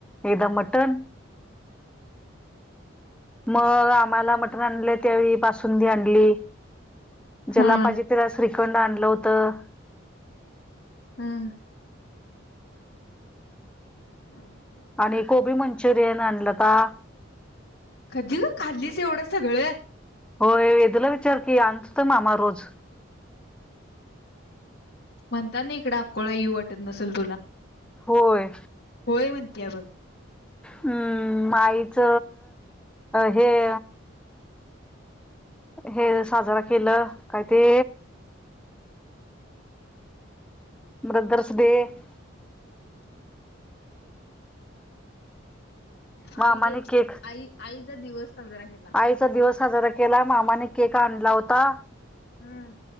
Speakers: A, in the centre; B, on the left (about 55°).
A: एकदा मटण- मग- आम्हाला मटण आणलं त्यावेळी बासुंदी आणली- जेलापायजे
B: हा
A: त्याला श्रीखंड आणलं होतं-
B: हम. हम्
A: आणि कोबी मंचुरियन आणला होता -
B: कधी? ग खाल्लीस एवढं सगळं?
A: होय, वेदूला विचार की आणतो तर मामा रोज-
B: म्हणताना इकड अकोळा येवू वाटत नसेल तुला-
A: होय
B: होय म्हण- <unintelligible>
A: हम्म. आईच हे- हे साजरा केलं. काय ते? ब्रदर्स डे- मामाने
B: आयडे.
A: केक
B: आई, आई - दिवस- साजरा केला
A: आईचा दिवस साजरा के- केला मामाने केक आणला होता.
B: हम्म.